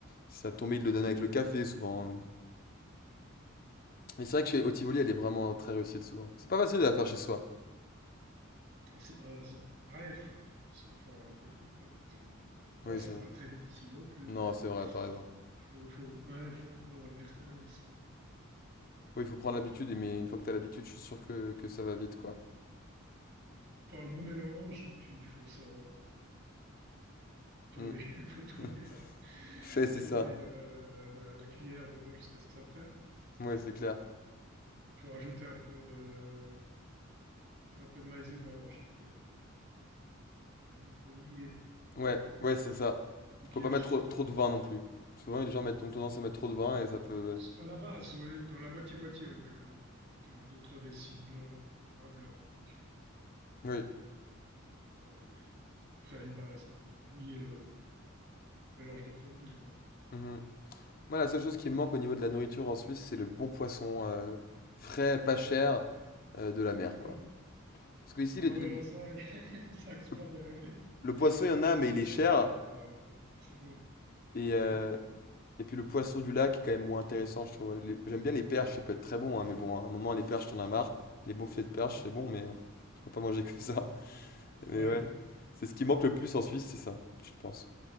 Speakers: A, on the left (about 45°); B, on the right (about 55°).
A: Si ça tombait, ils le donnaient
B: Ah, ok.
A: avec le café, souvent. hein.
B: Mhm.
A: Mais c'est vrai que chez Otivoli, elle est vraiment très réussite, souvent. C'est pas facile de la faire chez soi.
B: C'est pas. c'est- Ouais, faut- c'est- il faut avoir un peu le coup de patte, disons. Non,
A: Oui,
B: c'est
A: c'est vrai.
B: pas très difficile non plus,
A: Non,
B: mais
A: c'est vrai, t'as raison.
B: il faut, il faut, ouais, il faut un peu avoir l'expérience, quoi.
A: Oui, il faut prendre l'habitude, et- mais une fois que t'as l'habitude, je suis sûr que, que ça va vite, quoi.
B: Faut avoir le bon mélange, et puis il faut savoir, euh, ouais, faut tourner,
A: Hmm.
B: <laughs> faut tourner
A: <laughs>
B: la,
A: Fait, c'est
B: tourner
A: ça.
B: la, la, la, la cuillère dedans jusqu'à ce que ça prenne, quoi. C'est ça.
A: Oui
B: Il
A: c'est clair.
B: faut rajouter un peu de, un peu de maïzena, j'étais l'un des, la, li- pour lier,
A: Ouais, ouais, c'est ça.
B: du kirsch.
A: Faut pas mettre trop, trop de vin non plus. Souvent, les gens mettent, ont tendance à mettre trop de vin et ça peut.
B: À la base, oui, dans la moitié-moitié, on met quand même, on met deux, trois décis de blanc, de, de vin blanc avec,
A: euh,
B: pour, euh, pour, pour faire une base, quand même, pour mouiller le mélange de fondu. ouais.
A: Oui. mhm. Moi, la seule chose qui me manque au niveau de la nourriture en Suisse, c'est le bon poisson euh, frais, pas cher euh, de la mer,
B: D'accord.
A: quoi. Parce que ici, les-
B: Ah
A: les-
B: oui, alors ça, <laughs> ça c'est
A: le,
B: pas de. ouais.
A: le poisson, il y en a,
B: En
A: mais
B: Suisse,
A: il est cher.
B: on n'a pas de mer. ouais. C'est vrai.
A: Et, euh,
B: Ouais,
A: et puis le poisson du lac est quand même moins intéressant, je trouve. Les- J'aime bien les perches, ça peut être très bon, hein, mais
B: ouais.
A: bon, à un moment, les perches, t'en as marre. Les bons filets de perches,
B: Mhm.
A: c'est bon, mais euh, tu vas pas manger que ça. <laughs> Mais
B: Ouais,
A: ouais, c'est ce qui manque le plus en Suisse, c'est ça, je pense.